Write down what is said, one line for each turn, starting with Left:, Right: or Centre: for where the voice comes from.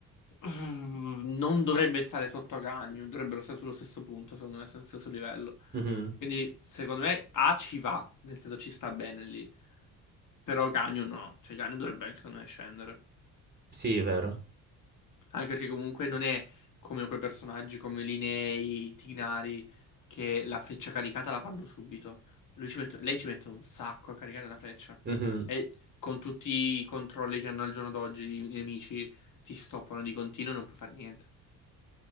Left: Mm, Non dovrebbe stare sotto a Agagno, dovrebbero stare sullo stesso punto, secondo me, sullo stesso livello.
Right: Mhm.
Left: Quindi, secondo me, A ci va, nel senso ci sta bene lì. Però Agagno no, cioè Agagno dovrebbe anche, secondo me, scendere.
Right: Sì, è vero.
Left: Anche perché comunque non è come quei personaggi come Linei, Tignari, che la freccia caricata la fanno subito. Lui ci mette- lei ci mette un sacco a caricare la freccia.
Right: Mhm.
Left: E con tutti i controlli che hanno al giorno d'oggi i nemici ti stoppano di continuo e non puoi fare niente.